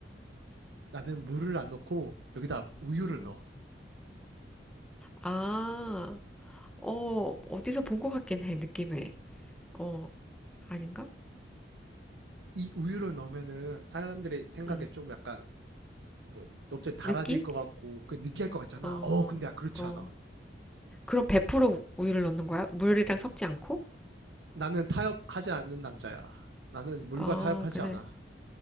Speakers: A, on the right; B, in the centre.
A: 나는 물을 안 넣고 여기다 우유를
B: 음.
A: 넣어.
B: 아, 어, 어디서 본 것 같긴 해, 느낌에. 어, 아닌가?
A: 이 우유를 넣으면은 사람들의 생각에
B: 음
A: 좀 약간 뭐자기 달아질
B: 느끼?
A: 것 같고 그 느끼할 것 같잖아.
B: 어,
A: 어, 근데 아, 그렇지
B: 어.
A: 않아.
B: 그럼 100% 우- 우유를 넣는 거야? 물이랑 섞지 않고?
A: 나는 타협하지 않는 남자야. 나는 물과
B: 아,
A: 타협하지
B: 그래.
A: 않아.